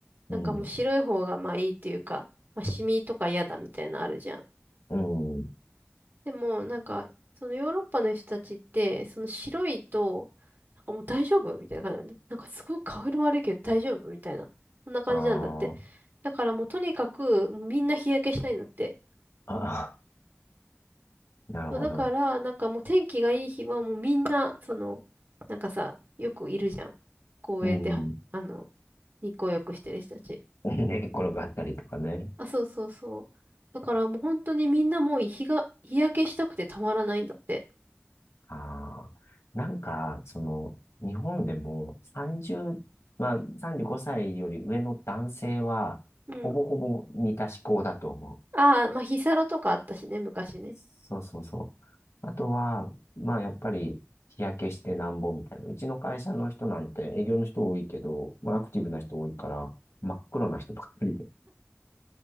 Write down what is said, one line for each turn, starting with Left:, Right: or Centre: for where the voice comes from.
Left: うん、
Right: なんかもう白い方がまあいいっていうか、まあシミとか嫌だみたいなのあるじゃん。
Left: うん、
Right: でも、なんか、そのヨーロッパの人たちって、その白いと、なんかもう大丈夫みたいな感じなんだ。なんかすごい顔色悪いけど大丈夫みたいな。そんな感じなんだって。
Left: あー
Right: だからもうとにかく、もうみんな日焼けしたいんだって。
Left: <laughs> あ、なるほど。
Right: そうだから、なんかもう天気がいい日はもうみんな、その、なんかさ、よくいるじゃん。公園では、
Left: うん、
Right: あの、
Left: <laughs>
Right: 日光浴してる人たち。
Left: 寝っ転がったりとかね。
Right: あ、そうそうそう。だからもう本当にみんなもう日が、日焼けしたくてたまらないんだって。
Left: ああ、なんか、その、日本でも30、まあ、35歳より上の男性は、
Right: うん
Left: ほぼほぼ似た思考だと思う。
Right: ああ、まあ、ヒサロとかあったしね、昔ね。
Left: そうそうそう。あとは、まあ、やっぱり、日焼けしてなんぼみたいな。うちの会社の人なんて営業の人多いけど、まあ、アクティブな人多いから、真っ黒な人ばっかりで。